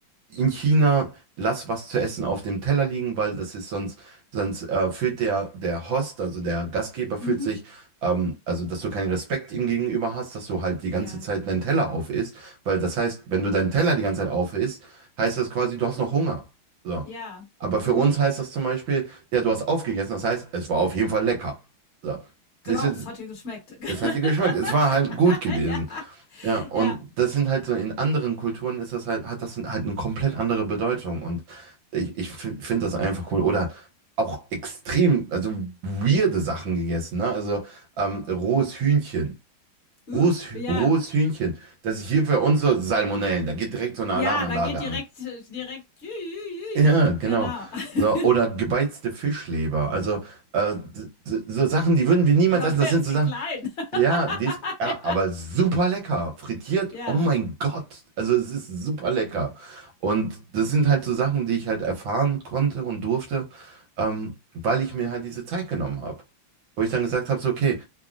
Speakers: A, on the right; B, on the left.
A: in China, lass was zu essen auf dem Teller liegen, weil das ist sonst, sonst äh, fühlt der, der Host, also der Gastgeber fühlt
B: Mhm,
A: sich, ähm, also dass du keinen Respekt ihm gegenüber hast, dass du halt die ganze
B: ja,
A: Zeit deinen Teller auf isst, weil das heißt, wenn du deinen Teller die ganze Zeit auf isst, heißt das quasi, du hast noch Hunger. So.
B: ja,
A: Aber für
B: mhm.
A: uns heißt das zum Beispiel, ja, du hast aufgegessen, das heißt, es war auf jeden Fall lecker. So.
B: Genau,
A: Siehst du,
B: es hat dir geschmeckt. <laughs>
A: es hat dir geschmeckt, es war halt gut gewesen.
B: ja,
A: Ja, und
B: ja,
A: das sind halt so, in anderen Kulturen ist das halt, hat das halt eine komplett andere Bedeutung. Und ich, ich finde das einfach cool. Oder auch extrem, also weirde Sachen gegessen, ne? Also ähm, rohes Hühnchen.
B: uh,
A: Rohes, Hü-
B: ja,
A: rohes Hühnchen. Das ist hier für uns so Salmonellen. Da geht direkt so eine
B: ja,
A: Alarmanlage
B: da geht direkt,
A: an.
B: direkt, jü, jü,
A: Ja,
B: jü.
A: genau.
B: genau. <laughs>
A: So, oder gebeizte Fischleber. Also äh, d- d- so Sachen, die würden wir niemals
B: Dabei
A: essen. Das sind
B: ist
A: so
B: sie
A: Sachen.
B: klein.
A: Ja, die ist,
B: <laughs>
A: ja, aber super lecker. Frittiert,
B: ja,
A: oh mein
B: ja,
A: Gott. Also es ist super lecker. Und das sind halt so Sachen, die ich halt erfahren konnte und durfte, ähm, weil ich mir halt diese Zeit genommen habe. Wo ich dann gesagt habe, so, okay,